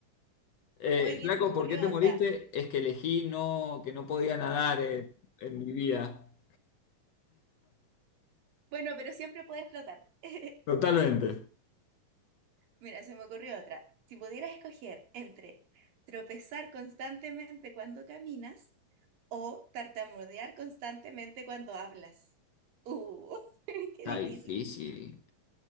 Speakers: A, on the left; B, on the right.
A: Eh,
B: Oye,
A: flaco,
B: se me ocurrió
A: ¿por qué te
B: otra.
A: moriste? Es que elegí no, que no podía nadar en, en mi vida.
B: Bueno, pero siempre puedes flotar. <laughs>
A: Totalmente.
B: Mira, se me ocurrió otra. Si pudieras escoger entre tropezar constantemente cuando caminas o tartamudear constantemente cuando hablas. Uh, <laughs> qué
A: Está
B: difícil.
A: difícil.